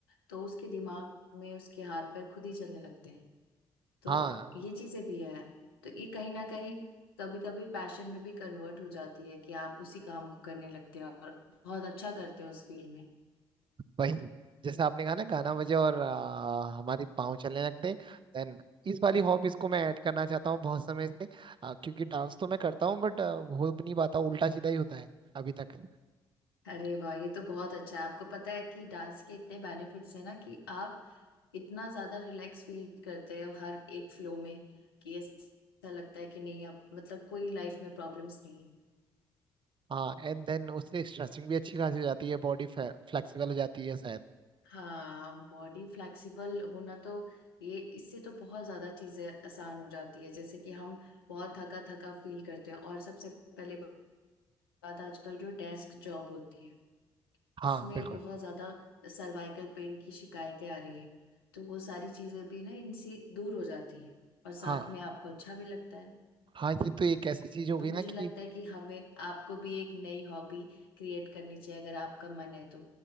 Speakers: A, on the left; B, on the right.
A: तो उसके दिमाग में उसके हाथ पैर खुद ही चलने लगते हैं तो
B: हाँ
A: ये चीजें भी है तो ये कहीं ना कहीं कभी कभी पैशन में भी कन्वर्ट हो जाती है कि आप उसी काम को करने लगते हो और बहुत अच्छा करते हो उस फील्ड में
B: वही जैसे आपने कहा ना गाना बजे और आ, हमारी पाँव चलने लगते देन इस वाली हॉब इसको मैं ऐड करना चाहता हूँ बहुत समय से आ, क्योंकि डांस तो मैं करता हूँ बट हो भी नहीं पाता उल्टा सीधा ही होता है अभी तक
A: अरे वाह ये तो बहुत अच्छा है आपको पता है कि डांस के इतने बेनिफिट्स हैं ना कि आप इतना ज्यादा रिलैक्स फील करते हो हर एक फ्लो में कि ऐसा लगता है कि नहीं अब मतलब कोई लाइफ में प्रॉब्लम्स नहीं
B: हाँ एंड देन उससे स्ट्रेचिंग भी अच्छी खासी हो जाती है बॉडी फ्लेक्सिबल हो जाती है शायद
A: हाँ बॉडी फ्लेक्सिबल होना तो ये इससे तो बहुत ज्यादा चीजें आसान हो जाती है जैसे कि हम बहुत थका थका फील करते हैं और सबसे पहली बात आजकल जो डेस्क जॉब होती है
B: हाँ
A: उसमें
B: बिल्कुल
A: बहुत ज्यादा सर्वाइकल पेन की शिकायतें आ रही हैं तो वो सारी चीजें भी ना इनसे दूर हो जाती है और साथ
B: हाँ
A: में आपको अच्छा भी लगता है
B: हाँ ये तो एक ऐसी चीज हो
A: तो
B: गई
A: मुझे
B: ना कि
A: लगता है कि हमें आपको भी एक नई हॉबी क्रिएट करनी चाहिए अगर आपका मन है तो